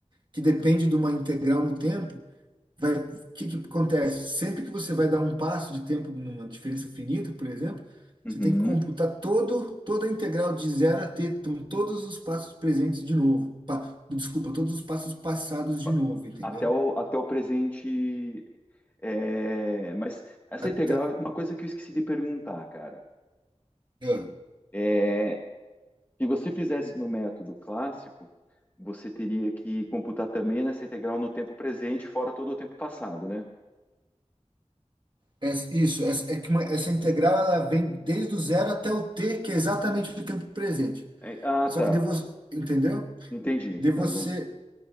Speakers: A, on the right; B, on the left.
A: que depende de uma integral no tempo, vai, o que que acontece? Sempre que você vai dar um passo de tempo numa diferença finita, por exemplo,
B: Uhum.
A: você tem que computar todo, toda a integral de zero a t, então, todos os passos presentes de novo. Pa, desculpa, todos os passos passados de
B: Pa-
A: novo, entendeu?
B: Até o, até o presente. é, mas essa
A: Até-
B: integral, é uma coisa que eu esqueci de perguntar, cara.
A: é,
B: É, se você fizesse no método clássico, você teria que computar também nessa integral no tempo presente, fora todo o tempo passado, né?
A: é isso, é, é que uma- essa integral ela vem desde o zero até o t, que é exatamente o tempo presente.
B: É, ah,
A: Só
B: tá.
A: que de você, entendeu?
B: Entendi. Então,
A: De você
B: não.